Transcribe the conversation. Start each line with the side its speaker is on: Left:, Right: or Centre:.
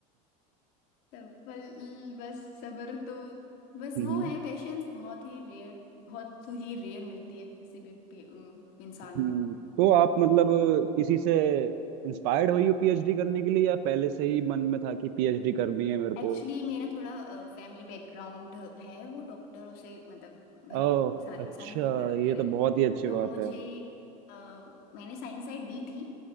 Left: सब फल बस सबर तो बस
Right: हम्म,
Left: वो है पेशेंस बहुत ही रेयर बहुत ही रेयर मिलती है किसी भी पे- इंसान
Right: हम्म।
Left: में
Right: तो आप मतलब किसी से इंस्पायर्ड हुई हो पीएचडी करने के लिए या पहले से ही मन में था कि पीएचडी करनी है मेरे
Left: एक्चुअली
Right: को
Left: मेरा थोड़ा फैमिली बैकग्राउंड है वो डॉक्टरों से मतलब भरा
Right: ओह
Left: हुआ है सारे
Right: अच्छा
Left: सारे डॉक्टर डॉक्टर
Right: ये तो
Left: हैं
Right: बहुत ही अच्छी
Left: तो
Right: बात
Left: मुझे
Right: है
Left: अ, मैंने साइंस साइड ली थी